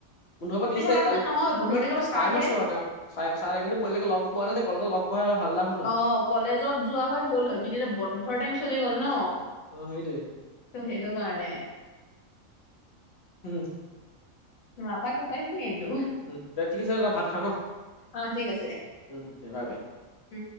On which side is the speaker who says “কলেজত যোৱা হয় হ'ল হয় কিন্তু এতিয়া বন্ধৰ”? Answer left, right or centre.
Left